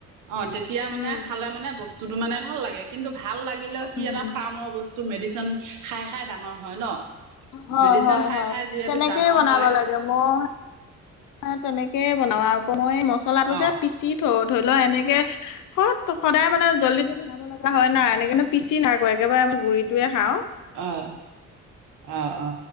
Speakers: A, on the right; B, on the left.
A: অ তেতিয়া
B: উম,
A: মানে খালে মানে বস বস্তুটো মানে ভাল লাগে কিন্তু ভাল লাগিলেও সি
B: উম,
A: এটা ফাৰ্মৰ বস্তু মেডিচিন খাই খাই ডাঙৰ হয় ন।
B: অহ হয়
A: মেডিচিন
B: হয়
A: খাই
B: হয়
A: খাই যিহেতু
B: তেনেকেই
A: ডাঙৰ
B: বনাব
A: হয়
B: লাগে। মই তেনেকে বনাও আকৌ মই মচলাটো
A: অ
B: যে পিচি থওঁ। ধৰি লও এনেকে সত সদায় মানে জল্দি জল্দি বনাব লগা হয় নাই আনি কেনে পিচি নাই কৰা একেবাৰে গুৰিটোৱে খাও।
A: অ, অ অ।